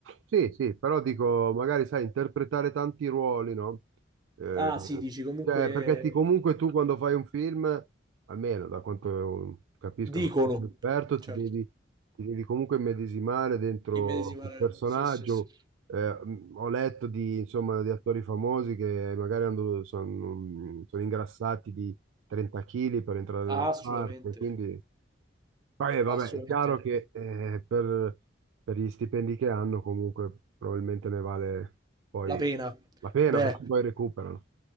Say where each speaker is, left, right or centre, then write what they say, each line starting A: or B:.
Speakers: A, on the right; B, on the right.
A: Sì, sì, però dico, magari sai, interpretare tanti ruoli, no? Eh,
B: Ah, sì, dici comunque
A: cioè, perché ti- comunque tu quando fai un film, almeno da quanto capisco,
B: dicono
A: non sono un esperto,
B: Certo.
A: ti devi, ti devi comunque immedesimare dentro
B: immedesimare.
A: quel personaggio.
B: Sì, sì, sì.
A: Eh, mh, ho letto di, insomma, di attori famosi che magari hanno- sono, sono ingrassati di 30 kg per entrare
B: Ah,
A: nella
B: assolutamente.
A: parte, quindi... Poi, eh, vabbè,
B: Assolutamente.
A: è chiaro che eh, per, per gli stipendi che hanno comunque probabilmente ne vale poi
B: La pena.
A: la pena
B: Beh,
A: perché poi recuperano.